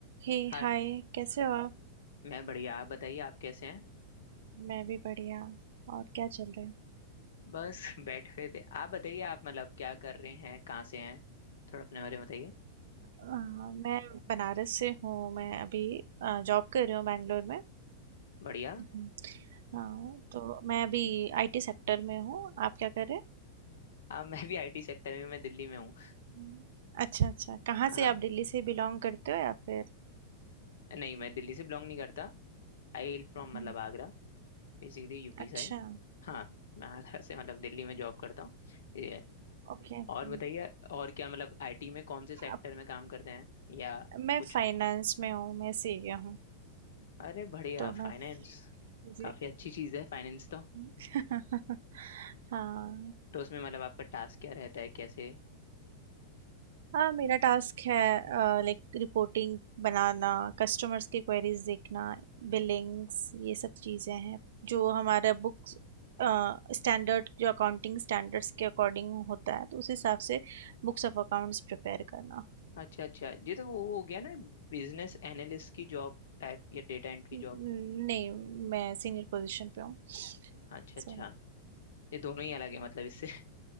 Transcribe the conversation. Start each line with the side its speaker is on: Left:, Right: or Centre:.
Right: हे
Left: हाय
Right: Hi कैसे हो आप
Left: मैं बढ़िया आप बताइए आप कैसे हैं
Right: मैं भी बढ़िया और क्या चल रहा है
Left: बस <laughs> बैठ गए थे आप बताइए आप मतलब क्या कर रहे हैं कहाँ से हैं थोड़ा अपने बारे में बताइए
Right: अ, मैं बनारस से हूँ मैं अभी जॉब कर रही हूँ बैंगलोर में
Left: बढ़िया
Right: हम्म। हाँ तो मैं अभी आईटी सेक्टर में हूँ आप क्या कर रहे हैं
Left: आप <laughs> मैं भी आईटी सेक्टर में मैं दिल्ली में हूँ
Right: हम्म। अच्छा अच्छा कहाँ
Left: हाँ
Right: से आप दिल्ली से बिलोंग करते हो या फिर
Left: नहीं मैं दिल्ली से बिलोंग नहीं करता आई विल फ्रॉम
Right: हम्म।
Left: मतलब आगरा Basically UP
Right: अच्छा
Left: side हाँ मैं आगरा से मतलब दिल्ली में जॉब करता हूँ ये है।
Right: Okay okay
Left: और बताइए और क्या मतलब आईटी में कौन से सेक्टर
Right: आप
Left: में काम करते हैं या
Right: मैं
Left: कुछ
Right: फाइनेंस में हूँ मैं सीए हूँ
Left: अरे बढ़िया
Right: तो मैं
Left: फाइनेंस
Right: जी
Left: काफ़ी अच्छी चीज़ है फाइनेंस तो
Right: <laughs> हाँ
Left: तो उसमें मतलब आपका टास्क क्या रहता है कैसे
Right: हाँ मेरा टास्क है लाइक रिपोर्टिंग बनाना कस्टमर्स की क्वेरीज देखना बिलिंग्स ये सब चीज़ें हैं जो हमारा बुक्स स्टैंडर्ड जो अकाउंटिंग स्टैंडर्ड्स के अकॉर्डिंग होता है तो उस हिसाब से बुक्स ऑफ अकाउंट्स प्रिपेयर करना
Left: अच्छा अच्छा ये तो वो हो गया ना बिजनेस एनालिस्ट की जॉब टाइप या डेटा एंट्री
Right: न-
Left: जॉब
Right: नहीं मैं सीनियर पोजीशन पे हूँ
Left: अच्छा अच्छा
Right: सो
Left: ये दोनों ही अलग है मतलब इससे <laughs>